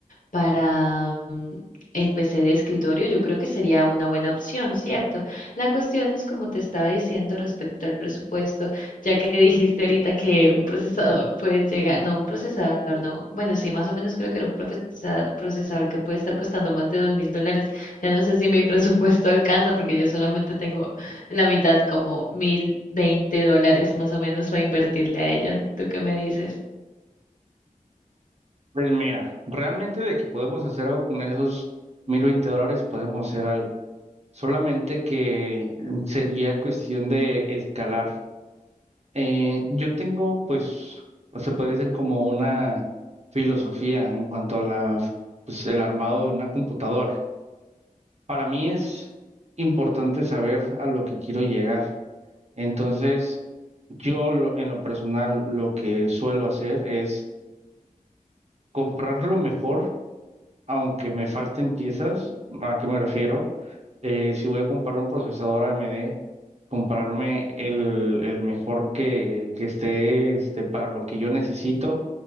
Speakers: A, on the left; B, on the right.
A: para mm, el PC de escritorio. Yo creo que sería una buena opción, ¿cierto? La cuestión es, como te estaba diciendo respecto al presupuesto, ya que dijiste ahorita que un procesador puede llegar, no, un procesador, no, bueno, sí, más o menos creo que era un profesa- procesador que puede estar costando más de dos mil dólares. Ya no sé si mi presupuesto <laughs> alcanza porque yo solamente tengo la mitad, como mil veinte dólares más o menos para invertirle a ella. ¿Tú qué me dices?
B: Pues mira, realmente de que podemos hacer algo con esos 1020 dólares, podemos hacer algo. Solamente que sería cuestión de escalar. Eh, yo tengo, pues, o se puede decir como una filosofía en cuanto a la, pues, el armado de una computadora. Para mí es importante saber a lo que quiero llegar. Entonces, yo lo- en lo personal lo que suelo hacer es comprar lo mejor, aunque me falten piezas. ¿A qué me refiero? Eh, si voy a comprar un procesador AMD, comprarme el, el mejor que, que esté este, para lo que yo necesito